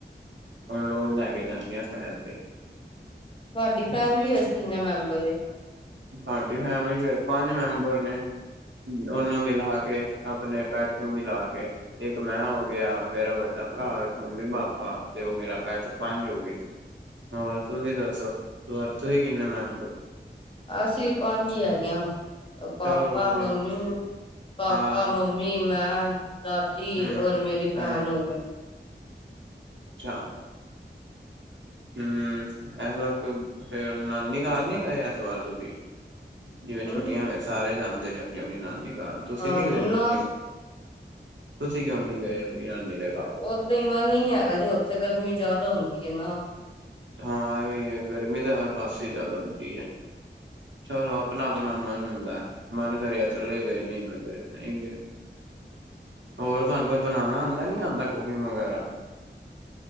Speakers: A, on the right (about 85°); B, on the left (about 25°).
A: ਹੁਣ ਰੋਜ਼ ਲੈ ਕੇ ਜਾਂਨੇ ਆ ਸੈਰ ਤੇ।
B: ਤੁਹਾਡੀ ਫੈਮਿਲੀ ਵੈਸੇ ਕਿੰਨੇ ਮੈਂਬਰ ਏ?
A: ਸਾਡੀ ਫੈਮਿਲੀ ਵਿੱਚ ਪੰਜ ਮੈਂਬਰ ਨੇ। ਉਹਨੂੰ ਮਿਲਾ ਕੇ, ਆਪਣੇ ਪੈੱਟ ਨੂੰ ਮਿਲਾ ਕੇ। ਇੱਕ ਮੈਂ ਹੋ ਗਿਆ, ਮੇਰਾ ਵੱਡਾ ਭਰਾ, ਇੱਕ ਮੰਮੀ-ਪਾਪਾ ਤੇ ਉਹ ਮੇਰਾ ਪੈਟ ਪੰਜ ਹੋ ਗਏ। ਹੋਰ ਤੁਸੀਂ ਦੱਸੋ, ਤੁਸੀਂ ਕਿੰਨੇ ਮੈਂਬਰ ਓ।
B: ਅਸੀਂ ਪੰਜ ਈ ਹੈਗੇ ਆ ਪਾਪਾ
A: ਚਲੋ ਵਧੀਆ
B: ਮੰਮੀ, ਪਾਪਾ
A: ਹਾਂ
B: ਮੰਮੀ। ਮੰਮੀ, ਮੈਂ, ਦਾਦੀ
A: ਹਮ
B: ਔਰ ਮੇਰੀ ਭੈਣ
A: ਹਮ
B: ਹੋਗੇ।
A: ਅੱਛਾ। ਹੂੰ-ਹੂੰ, ਇਸ ਵਾਰ ਕੋ ਫੇਰ ਨਾਨੀ ਘਰ ਨੀ ਗਏ ਇਸ ਵਾਰ ਤੁਸੀਂ? ਜਿਵੇਂ
B: ਹਮ
A: ਛੁੱਟੀਆਂ ਹੋ ਸਾਰੇ ਜਾਂਦੇ ਨੇ ਆਪਣੀ-ਆਪਣੀ ਨਾਨੀ ਘਰ। ਤੁਸੀਂ
B: ਹਾਂ
A: ਨੀ ਗਏ ਨਾਨੀ,
B: ਨਾ
A: ਤੁਸੀਂ ਕਿਉਂ ਨੀ ਗਏ ਆਪਣੀ ਨਾਨੀ ਦੇ ਘਰ?
B: ਓਦਾਂ ਹੀ ਮਨ ਹੀ ਨੀ ਹੈਗਾ ਜੇ ਉੱਥੇ ਗਰਮੀ ਜਿਆਦਾ ਹੁੰਦੀ ਏ ਨਾ।
A: ਹਾਂ ਇਹ ਵੀ ਹੈ ਗਰਮੀ ਤਾਂ ਹਰ ਪਾਸੇ ਜ਼ਿਆਦਾ ਹੁੰਦੀ ਐ। ਚਲੋ ਆਪਣਾ-ਆਪਣਾ ਮਨ ਹੁੰਦਾ। ਮਨ ਕਰਿਆ ਚਲੇ ਗਏ ਨਹੀਂ ਮਨ ਕਰਿਆ ਨਹੀਂ ਗਏ। ਹੋਰ ਤੁਹਾਨੂੰ ਕੁਛ ਬਣਾਣਾ ਆਂਦਾ ਨੀ ਆਂਦਾ ਕੁਕਿੰਗ ਵਗੈਰਾ?